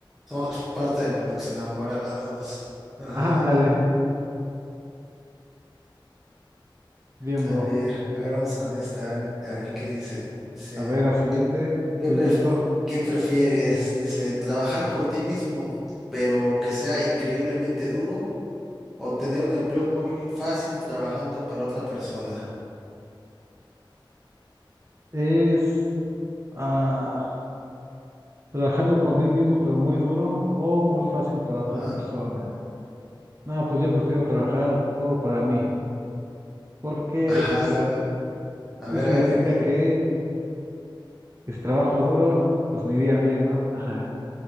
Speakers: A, in the centre; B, on the right.
A: somos parte de los enamorados. Ajá.
B: Ah, ándale. Bien,
A: A
B: bro.
A: ver, a ver, vamos con esta, a ver, a ver qué dice. Dice.
B: A ver, la siguiente.
A: ¿Qué
B: Estoy
A: pref-
B: listo.
A: qué prefieres? Dice, trabajar por ti mismo, pero que sea increíblemente duro, o tener un empleo muy fácil trabajando para otra persona.
B: Es ah, trabajando por mí mismo, pero muy duro o muy fácil para otra
A: Ajá.
B: persona. No, pues yo prefiero trabajar duro para mí, porque
A: Ajá,
B: es
A: no, n- a ver,
B: significa
A: a ver, dime.
B: que Y si trabajo duro, pues me iría bien, ¿no? Ajá.